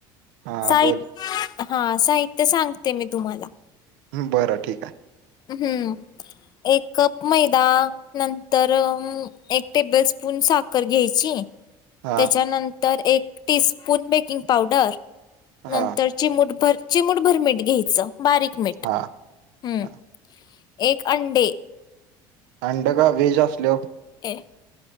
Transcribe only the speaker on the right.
हा
बोल
बरं ठीक आहे
हा
हा
हा
हा
अंड का व्ेज असल